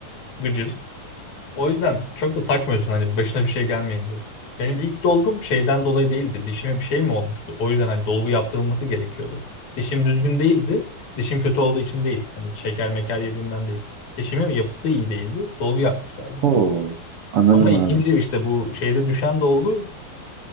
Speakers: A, on the left; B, on the right.
A: gıcır. O yüzden çok da takmıyorsun hani başına bir şey gelmeyince. Benim ilk dolgum şeyden dolayı değildi. Dişime bir şey mi olmuştu? O yüzden hani dolgu yaptırılması gerekiyordu. Dişim düzgün değildi. Dişim kötü olduğu için değil. Hani şeker meker yediğimden değil. Dişimin yapısı iyi değildi. Dolgu yapmışlardı.
B: Oo, anladım
A: Ama ikinci
B: abi.
A: işte bu şeyde düşen dolgu